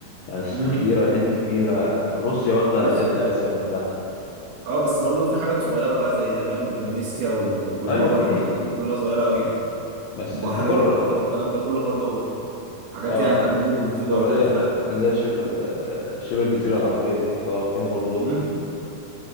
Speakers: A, on the left; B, on the right.
A: يعني الصين
B: امم
A: كبيره الهند كبيره روسيا واخده
B: بص
A: تلت اسيا لوحدها
B: اه بس برضه في حاجات صغيرة بقى زي اليابان واندونيسيا و- والمجر
A: ايوه في
B: والحاجات دي كلها صغيرة قوي يعني
A: بس
B: البحرين
A: المجره
B: وقطر والكلام ده كله برضه حاجات
A: اه
B: يعني قد مدن
A: السعودية
B: في دول تانية في العالم
A: اللي هي شبه ال- شبه الجزيرة العربية دي اه فيها برضو دول
B: امم
A: كتير